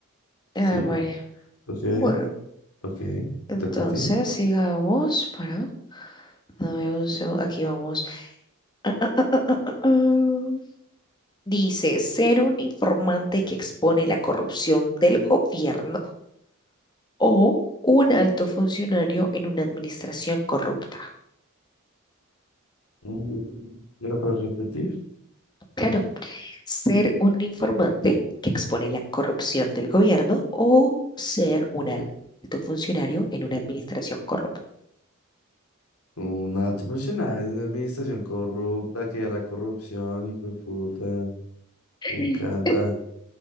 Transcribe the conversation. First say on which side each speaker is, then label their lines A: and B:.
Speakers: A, on the left; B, on the left.
A: sí,
B: Ay, María.
A: ok,
B: Bueno.
A: ok,
B: Entonces,
A: te toca a ti.
B: sigamos para. Dame un segundo. Aquí vamos. <clears throat> Ah, ah, ah, ah, ah. Dice, ser un informante que expone la corrupción del gobierno o un alto funcionario en una administración corrupta.
A: Mm, ¿Me lo puedes repetir?
B: Claro, ser un informante que expone la corrupción del gobierno o ser un alto funcionario en una administración corrupta.
A: Un alto profesional, de una administración corrupta, que a la corrupción, hijo de puta,
B: <laughs>
A: me encanta.